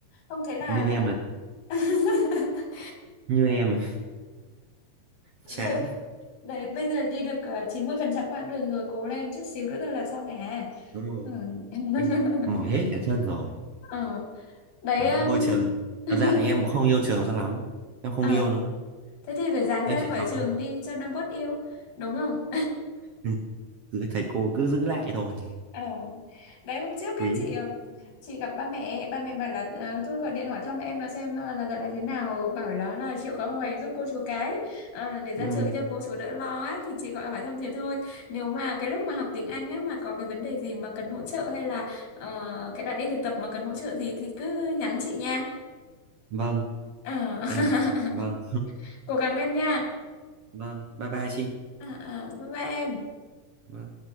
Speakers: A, on the left; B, on the right.
A: không thế là
B: như em mà
A: <laughs>
B: như em <laughs> chán,
A: Tại Đấy, bây giờ đi được ờ, 90% quãng đường rồi, cố lên chút xíu nữa thôi là xong à.
B: đúng rồi.
A: Ừ. <laughs>
B: Em mỏi hết cả chân rồi.
A: ờ. Đấy,
B: Đấy,
A: um,
B: ngôi trường.
A: <laughs>
B: Thật ra là em cũng không yêu trường cho lắm. Em không
A: ờ.
B: yêu nữa,
A: Thế thì phải dáng
B: em
A: ra
B: chỉ
A: khỏi
B: học
A: trường
B: thôi.
A: đi cho nó bớt yêu, đúng không?
B: Ừ. cứ thầy cô cứ giữ lại thôi
A: Ờ. Đấy hôm trước ấy
B: quý
A: chị ừm, chị gặp ba mẹ ba mẹ bảo là ờ, thôi gọi điện hỏi thăm em là xem ờ, là dạo này thế nào bảo là là chịu khó học hành giúp cô chú cái ờ, để ra
B: ừ.
A: trường cho cô chú đỡ lo á thì chị gọi hỏi thăm thế thôi nếu mà cái lúc mà học tiếng Anh á mà có cái vấn đề gì mà cần hỗ trợ hay là ờ, cái đoạn đi thực tập mà cần hỗ trợ gì thì cứ nhắn chị nha
B: vâng
A: Ờ. <laughs>
B: em vâng
A: cố gắng lên nha
B: vâng bye bye chị
A: Ờ, ờ, bye bye em
B: Vâng.